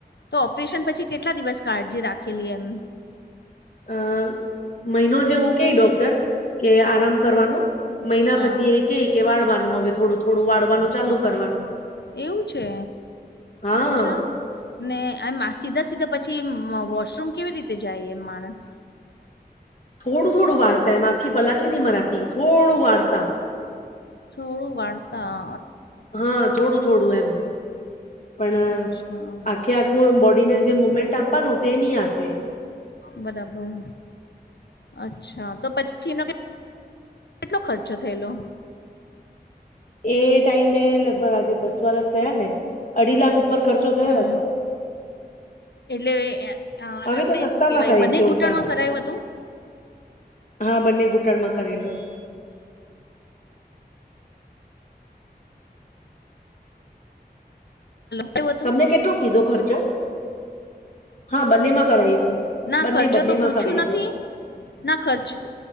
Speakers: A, on the left; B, on the left.
A: તો ઓપરેશન પછી કેટલા દિવસ કાળજી રાખેલી એમ.
B: અ મહિનો જેવું કે ડોક્ટર કે આરામ કરવાનું. મહિના
A: હા
B: પછી એ કે કે વાળવાનું હવે થોડું થોડું વાળવાનું ચાલુ કરવાનું.
A: એવું છે
B: હા
A: અચ્છા. ને એમ સીધા સીધા પછી એ વોશરૂમ કેવી રીતે જાય એમ માણસ.
B: થોડું થોડું વાળતાય માખી પલાટીી નહી મરાતી થોડું વાળતા.
A: થોડું વાતા.
B: હા થોડું થોડું એમ. પણ
A: અચ્છા
B: આખે આખું બોડીને જે મુવમેન્ટ આપવાનું તે નહી આપે.
A: બરાબર અચ્છા તો પછી એ. કેટલો ખર્ચો થયેલો.
B: એ ટાઈમે લગભગ આજે દસ વરસ થયા ને અઢી લાખ ઉપર ખર્ચ. તે થયો
A: હમ
B: હતો
A: એટલે આપણે
B: હવે તો સસ્તામાં
A: શું કેવાય
B: થાય
A: બંને
B: છે
A: ઘૂંટણમાં
B: ઉલટા
A: કરાયું હતું.
B: હા બંને ઘૂંટણ માં કરેલું.
A: હલો. હતું
B: તમને કેટલો કીધો ખર્ચો. હા બંનેમાં કરાવવું
A: ના
B: બંને
A: ખર્ચો
B: બંને
A: તો
B: માં
A: પૂછ્યું
B: કરાવવું.
A: નથી ના ખર્ચ